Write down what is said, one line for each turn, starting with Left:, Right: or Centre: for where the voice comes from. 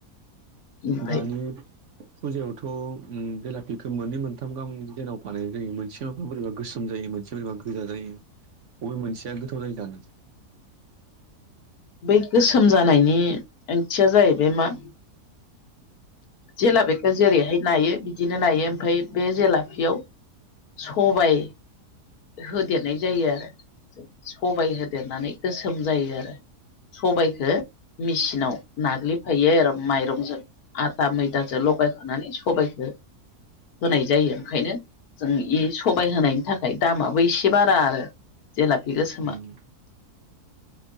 Left: ओमफ्राय
Right: दानि फुजायावथ' बेलाफिखौ मोननै मोनथाम गाहाम जनाव फालिनाय जायो मोनसे माबा बोरैबा गोसोम जायो मोनसे सोरबा गोजा जायो बबे मोनसेया गोथाव जायो जानो।
Left: बै गोसोम जानायनि ओंथिया जाहैबाय मा जेलाफखौ जेरैहाय नायो बिदिनो नायो ओमफ्राय बे जेलापियाव सबाय होदेरनाय जायो आरो। सबाय होदेरनानै गोसोम जायो आरो सबायखौ मेसिनाव नाग्लिफायो आरो माइरंजों आथा मैदाजों लगायफानानै सबायखौ होनाय जायो। ओंखायनो जों बे सबाय होनायनि थाखाय दामाबो एसे बारा आरो जेलापि गोसोमा
Right: जानो